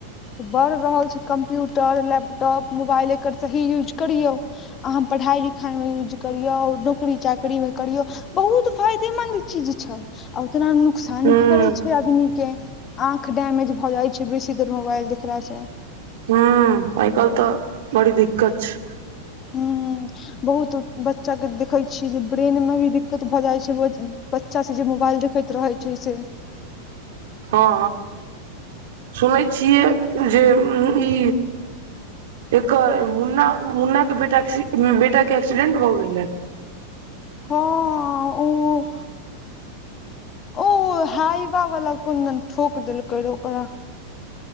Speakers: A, on the left; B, on the right.
A: तऽ बढ़ि रहल छै कम्प्यूटर लैपटॉप मोबाइल एकर सही यूज करियौ अहाँ पढ़ाइ लिखाइमे यूज करियौ नौकरी चाकरीमे करियौ बहुत फायदेमन्द चीज छै आ उतना नुकसान
B: हूं
A: भी करै छै आदमी के आँख डैमेेज भऽ जाइ छै बेसी देर मोबाइल देखला से
B: हू आइ काल्हि तऽ बड़ी दिक्कत छै
A: ह बहुत बच्चा के देखे छियै जे ब्रेन में भी दिक्कत भऽ जाइ छै बच्चा से जे मोबाइल देखैत रहे छै से
B: हँ सुनै छियै जे ई एकर मुन्ना मुन्ना के बेटा बेटा के एक्सीडेंट भऽ गेलै
A: हँ उ उ हाइबा वाला कोनदन ठोक देलकै रहय